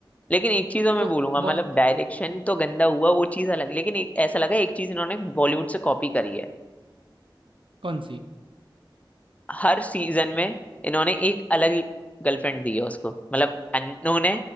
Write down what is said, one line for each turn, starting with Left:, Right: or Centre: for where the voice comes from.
Left: लेकिन एक चीज और मैं
Right: तो
Left: बोलूंगा
Right: बहुत
Left: मतलब डायरेक्शन तो गंदा हुआ वो चीज अलग लेकिन एक, ऐसा लगा एक चीज इन्होंने बॉलीवुड से कॉपी करी है
Right: कौन सी
Left: हर सीजन में इन्होंने एक अलग गर्लफ्रेंड दी है उसको मतलब इन्होंने